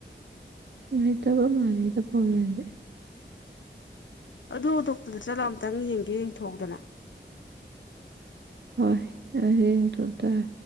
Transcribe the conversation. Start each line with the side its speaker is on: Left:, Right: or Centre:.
Right: ꯂꯩꯇꯕ ꯃꯥꯂꯦꯗ ꯄ꯭ꯔꯣꯕꯂꯦꯝꯗꯤ
Left: ꯑꯗꯨ ꯗꯣꯛꯇꯔꯗ ꯆꯠꯂꯥ ꯇꯪ ꯌꯦꯡꯒꯦ ꯌꯦꯡꯊꯣꯛꯎꯗꯅ
Right: ꯍꯣꯢ ꯑꯗꯩ ꯑꯃꯨ ꯇꯣ ꯇꯥꯢ